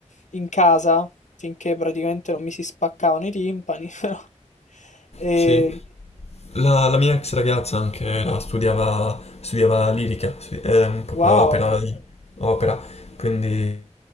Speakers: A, on the left; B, on the left.
A: in casa finché praticamente non mi si spaccavano i timpani, <laughs> però... E...
B: sì. La, la mia ex ragazza anche era- studiava, studiava lirica, studi- ehm, proprio
A: Wow,
B: opera, opera, quindi